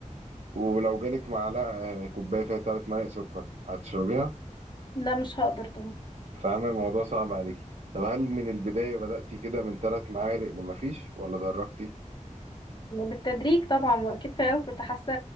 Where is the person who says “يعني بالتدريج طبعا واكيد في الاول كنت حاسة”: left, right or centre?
Left